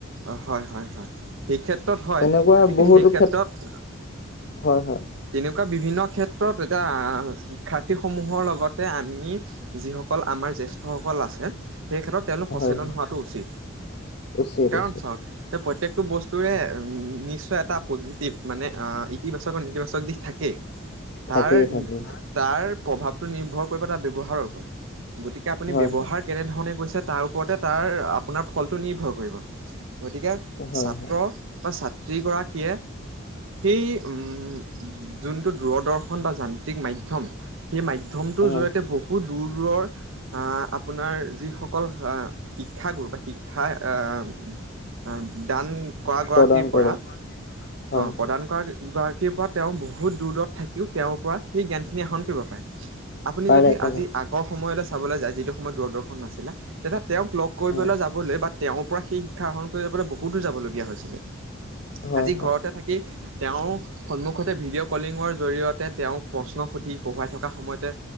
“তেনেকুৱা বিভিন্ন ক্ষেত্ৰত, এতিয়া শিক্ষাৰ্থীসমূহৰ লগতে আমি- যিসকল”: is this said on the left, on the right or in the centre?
Right